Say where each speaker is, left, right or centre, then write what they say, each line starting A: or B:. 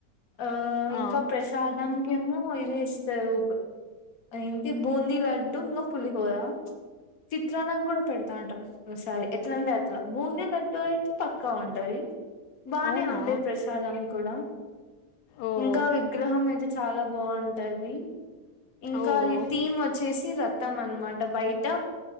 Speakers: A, on the left (about 60°); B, on the left (about 75°).
A: ఆ
B: ఆ!
A: ఇంకా ప్రసాదం ఏమో ఇది ఇస్తారు ఏంటి బూందీ లడ్డు ఇంకా పులిహోర చిత్రాలని కూడా పెడతా ఉంటారు ఒకసారి ఎట్లాంటే అట్లా బూందీ లడ్డు అయితే పక్కా ఉంటుంది బానే
B: అవునా?
A: ఉంటాయి ప్రసాదం కూడా
B: ఓహ్!
A: ఇంకా విగ్రహం అయితే చాలా బా బాగుంటది ఇంకా
B: ఓహ్!
A: ఈ థీమ్ వచ్చేసి ర వస్తాం అనమాట బయట